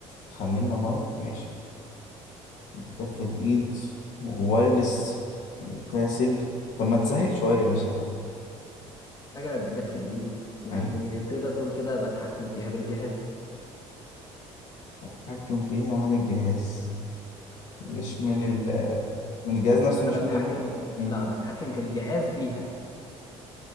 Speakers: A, on the left; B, on the left.
A: خملنا مايك ماشي بتكفي الايد ووايرلس وفاسل طب ما تسهل شويه يا باشا
B: حاجه قد كف الايد يعني
A: ايوه
B: تقدر تقول كده بتحكم فيها بالجهاز
A: اتحكم فيها من الجهاز مش من ال من الجهاز نفسه
B: انا
A: مش
B: بتحكم
A: من ال مم.
B: لا بتحكم في الجهاز بيها